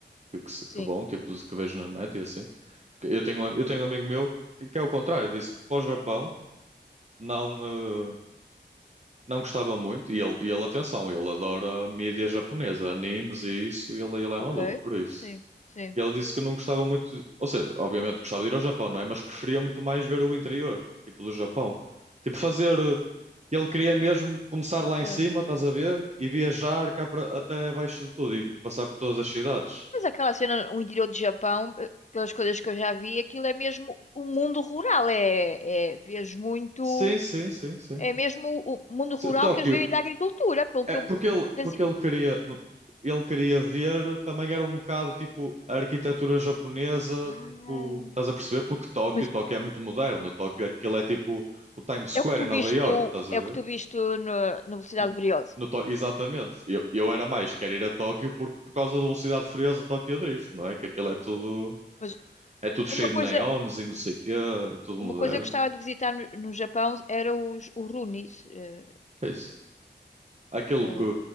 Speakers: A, on the right; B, on the left.
A: Que, que, se-
B: Sim.
A: que bom, tipo, que vejo na net e assim. Porque eu tenho, um am- eu tenho um amigo meu que, que é o contrário, disse que para o Japão não, ah, não gostava muito. E ele, e ele, atenção, ele adora mídia japonesa, animes e isso, e ele, ele é
B: Ok.
A: maluco por isso.
B: Sim, sim.
A: E ela disse que não gostava muito, de- ou seja, obviamente gostava de ir ao Japão, não é? Mas preferia muito mais ver o interior, tipo do Japão. Tipo fazer, eh, ele queria mesmo começar lá
B: Ah.
A: em cima, estás a ver? E viajar cá para, até abaixo de tudo e passar por todas as cidades.
B: Mas aquela cena, o interior do Japão, eh, pelas coisas que eu já vi, aquilo é mesmo o mundo rural. É, é vês muito.
A: Sim, sim, sim, sim.
B: É mesmo o mundo
A: Se-
B: rural
A: Tóquio,
B: que eles vivem da agricultura, pelo
A: é
B: que eu.
A: porque ele,
B: das-
A: porque ele queria, ele queria ver, também era um bocado tipo a arquitetura japonesa,
B: Ah,
A: tipo, estás a perceber? Porque
B: e-
A: Tóquio,
B: mas
A: Tóquio é muito moderno, Tóquio é aquilo é tipo o Times Square
B: é o que tu
A: em Nova
B: viste
A: York,
B: no.
A: estás a
B: É
A: ver?
B: o que tu viste no, na Velocidade
A: No,
B: Furiosa.
A: no Tó- exatamente. Eu, eu era mais, quero ir a Tóquio por, por causa da velocidade furiosa Tóquio Drift, não é? Que aquilo é tudo,
B: Mas
A: é tudo
B: uma
A: cheio
B: coisa.
A: de neons e não sei o quê, e tudo
B: Uma
A: moderno.
B: coisa que eu gostava de visitar no, no Japão era os, os Runis. eh,
A: Que é isso? Aquilo
B: eh,
A: que,